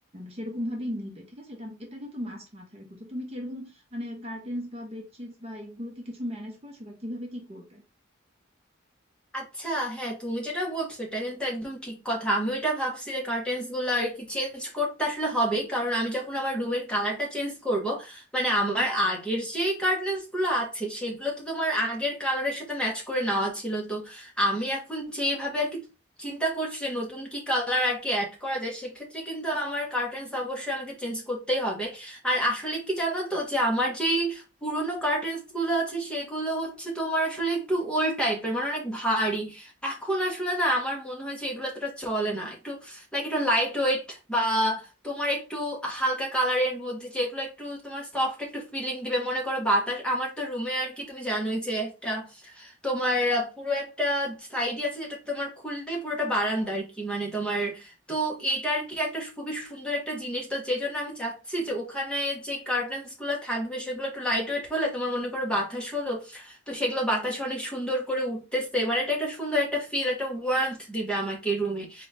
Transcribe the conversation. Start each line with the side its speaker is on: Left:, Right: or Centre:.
Right: সেরকম ভাবেই নিবে ঠিক আছে এটা এটা কিন্তু মাস্ট মাথায় রেখো তো তুমি কি এরকম মানে কার্টেন্স বা বেডশিটস বা এগুলো কি কিছু ম্যানেজ করেছো বা কিভাবে কি করবে
Centre: আচ্ছা হ্যাঁ তুমি যেটা বলছো এটা কিন্তু একদম ঠিক কথা আমি ওইটা ভাবছি যে কার্টেন্স গুলো আর কি চেঞ্জ করতে আসলে হবেই কারণ আমি যখন আমার রুমের কালারটা চেঞ্জ করব মানে আমার আগের যে কার্টেন্স গুলো আছে সেগুলো তো তোমার আগের কালারের সাথে ম্যাচ করে নেওয়া ছিল তো আমি এখন যেভাবে আর কি চিন্তা করছি যে নতুন কি কালার আর কি অ্যাড করা যায় সেক্ষেত্রে কিন্তু আমার কার্টেন্স অবশ্যই আমাকে চেঞ্জ করতেই হবে আর আসলে কি জানো তো যে আমার যেই পুরোনো কার্টেন্স গুলো আছে সেগুলো হচ্ছে তোমার আসলে একটু ওল্ড টাইপের মানে অনেক ভারী এখন আসলে না আমার মনে হয় যে এগুলো এতটা চলে না একটু লাইক একটু লাইট ওয়েট বা তোমার একটু হালকা কালারের মধ্যে যেগুলো একটু তোমার সফট একটু ফিলিং দিবে মনে করো বাতাস আমার তো রুমে আর কি তুমি জানোই যে একটা তোমার পুরো একটা সাইডই আছে যেটা তোমার খুললেই পুরোটা বারান্দা আর কি মানে তো এটার কি একটা খুবই সুন্দর একটা জিনিস তো যে জন্য আমি চাচ্ছি যে ওখানে যে কার্টেন্স গুলো থাকবে সেগুলো একটু লাইট ওয়েট হলে তোমার মনে করো বাতাস হলো তো সেগুলো বাতাসে অনেক সুন্দর করে উঠতেছে এবার এটা একটা সুন্দর একটা ফিল একটা ওয়ার্মথ দিবে আমাকে রুমে